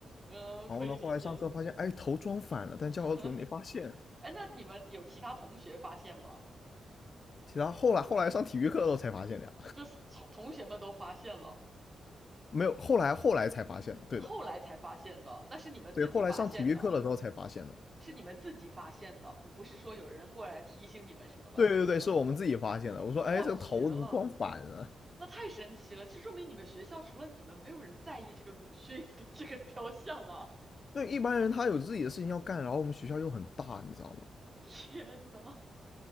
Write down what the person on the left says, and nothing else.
然后呢后来上课发现哎头装反了，
但教导主任没发现，
其他后来后来上体育课的时候才发现的呀，
没有后来后来才发现的，对的，
对后来上体育课的时候才发现的，
对对对，是我们自己发现的，我说哎这个头怎么装反了？
对一般人他有自己的事情要干，然后我们学校又很大，你知道吗？